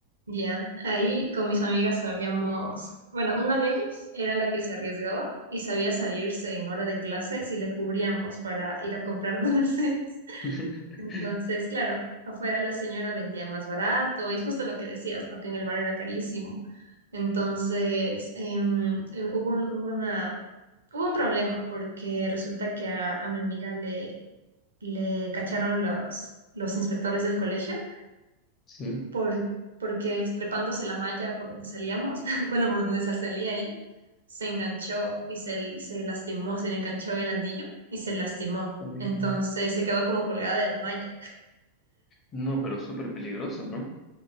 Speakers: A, on the right (about 75°); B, on the left (about 25°).
A: Ya, ahí con mis amigas sabíamos, bueno, una de ellas era la que se arriesgaba y sabía salirse en hora de clase si le cubríamos para ir a comprar <laughs> dulces.
B: <laughs>
A: Entonces, claro, afuera la señora vendía más barato y justo lo que decías, ¿no? Que en el bar era carísimo. Entonces, em, em, hubo un, hubo una, hubo un problema porque resulta que a, a mi amiga le, le cacharon los, los inspectores del colegio
B: Sí.
A: por- porque estrepándose la malla por donde salíamos, <laughs> bueno, por donde sal- salía ella, se enganchó y se, se lastimó, se le enganchó el anillo y se lastimó.
B: Uy,
A: Entonces
B: no.
A: se quedó como colgada de la malla
B: No, pero súper peligroso, ¿no?